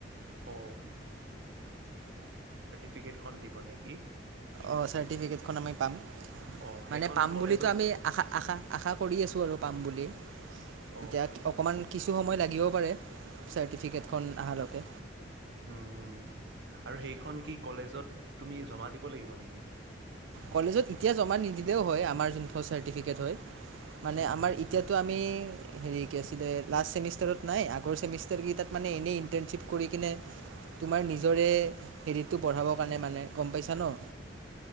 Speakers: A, on the right; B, on the right.
A: অ টিকেটখন দিব নেকি?
B: অ চাৰ্টিফিকেটখন আমি পাম
A: অ সেইখন
B: মানে পাম
A: কলেজত
B: বুলিতো আমি আশা আশা আশা কৰি আছোঁ আৰু পাম বুলি
A: অ
B: এতিয়া অকমান কিছু সময় লাগিব চাৰ্টিফিকেটখন আহা লকে
A: হুম হুম আৰু সেইখন কি কলেজত তুমি জমা দিব লাগিব নেকি
B: কলেজত এতিয়া জমা নিদিলেও হয় আমাৰ যোন চ্টিফিকেট হয় মানে
A: হুম
B: আমাৰ
A: হুম
B: এতিয়াতো আমি হেৰি কি আছিলে লাষ্ট চেমিষ্টাৰত নাই আগৰ চেমিষ্টাৰ কি তাত মানে এনেই ইণ্টাৰণশ্বিপ কৰি কিনে তোমাৰ নিজৰে হেৰিটো বঢ়াবৰ কাৰণে মানে গম পাইছা ন।